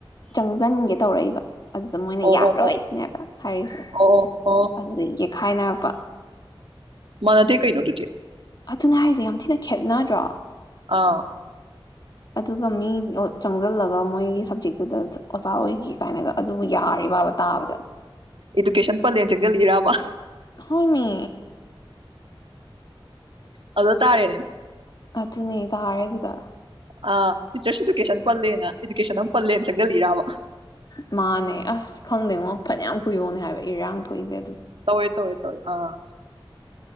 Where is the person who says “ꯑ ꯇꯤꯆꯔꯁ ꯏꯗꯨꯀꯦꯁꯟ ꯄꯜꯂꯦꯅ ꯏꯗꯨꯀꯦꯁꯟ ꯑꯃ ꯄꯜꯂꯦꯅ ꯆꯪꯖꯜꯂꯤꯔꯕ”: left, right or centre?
Right